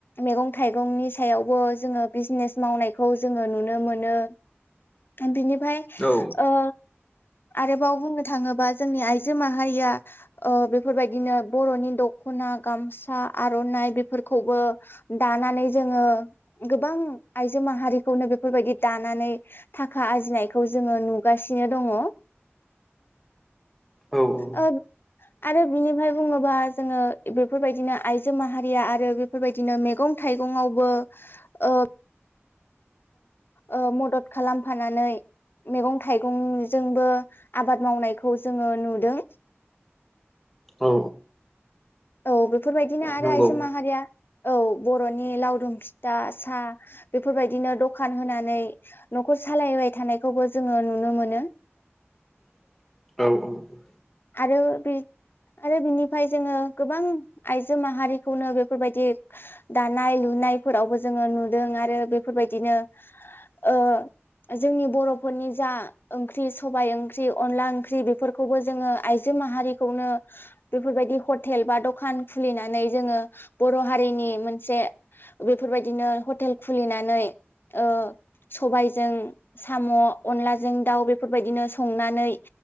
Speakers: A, on the left; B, in the centre.
A: मैगं थाइगंनि सायावबो जोङो बिजनेस मावनायखौ जोङो नुनो मोनो। बिनिफ्राय
B: औ
A: ओ आरोबाव बुंनो थाङोबा जोंनि आइजो माहारिया ओ बेफोरबायदिनो बर'नि दखना गामसा आर'नाइ बेफोरखौबो दानानै जोङो गोबां आइजो माहारिखौनो बेफोरबायदि दानानै थाखा आरजिनायखौ जोङो नुगासिनो दङ।
B: औ औ
A: ओं आरो बिनिफ्राय बुङोबा जोङो बेफोरबायदिनो आइजो माहारिया आरो बेफोरबायदिनो मैगं थाइगंआवबो ओ ओ मदद खालामफानानै मैगं थाइगंजोंबो आबाद मावनायखौ जोङो नुदों।
B: औ
A: औ बेफोरबायदिनो आरो
B: नंगौ
A: आइजो माहारिया औ बर'नि लावदुम फिथा साहा बेफोरबायदिनो दखान होनानै न'खर सालायबाय थानायखौबो जोङो नुनो मोनो।
B: <inaudible> औ
A: आरो बे आरो बिनिफ्राय जोङो गोबां आइजो माहारिखौनो बेफोरबायदि दानाय लुनायफोरावबो जोङो नुदों आरो बेफोरबायदिनो ओ जोंनि बर'फोरनि जा ओंख्रि सबाय ओंख्रि अनला ओंख्रि बेफोरखौबो जोङो आइजो माहारिखौनो बेफोरबायदि हटेल बा दखान खुलिनानै जोङो बर' हारिनि मोनसे बेफोरबायदिनो हटेल खुलिनानै ओ सबायजों साम' अनलाजों दाउ बेफोरबायदिनो संनानै